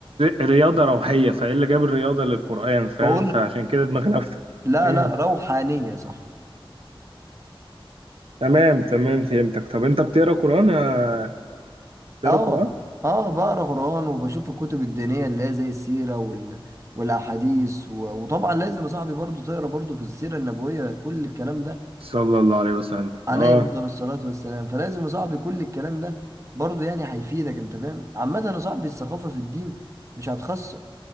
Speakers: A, on the right; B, on the right.
A: رياضة روحية فإيه اللي جاب الرياضة للقرآن فاهم
B: <laughs> بقول
A: فعشان كده دماغي لفت
B: لا
A: مم.
B: لا روحانية صح
A: تمام تمام فهمتك طب أنت بتقرأ قرآن يا بتقرأ
B: اه
A: قرآن
B: اه بقرا قرآن وبشوف الكتب الدينية اللي هي زي السيرة وال والأحاديث و... وطبعا لازم يا صاحبي برضه تقرا برضه في السيرة النبوية كل الكلام ده
A: صلى الله عليه وسلم
B: عليه
A: اه
B: أفضل الصلاة والسلام فلازم يا صاحبي كل الكلام ده برضه يعني هيفيدك انت فاهم عامة يا صاحبي الثقافة في الدين مش هتخسر